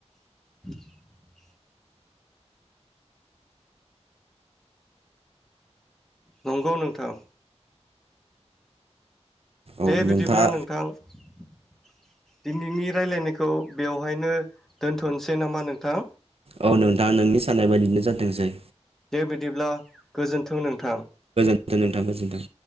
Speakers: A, in the centre; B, on the right.
A: <inaudible> नंगौ नोंथां।
B: औ
A: दे बिदिब्ला
B: नोंथाङा
A: नोंथां। दिनैनि रायलायनायखौ बेवहायनो दोनथ'नोसै नामा नोंथां
B: औ नोंथाङा नोंनि साननाय बायदिनो जाथोंसै।
A: दे बिदिब्ला। गोजोन्थों नोंथां।
B: गोजोनथों गोजोनथों।